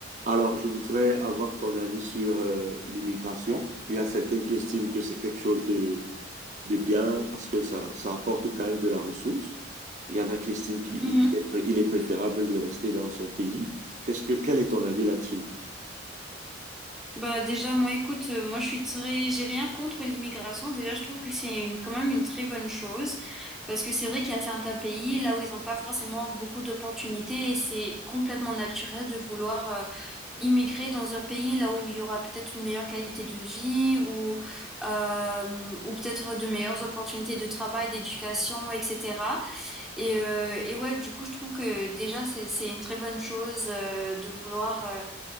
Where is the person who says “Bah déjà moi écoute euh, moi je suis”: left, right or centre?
Centre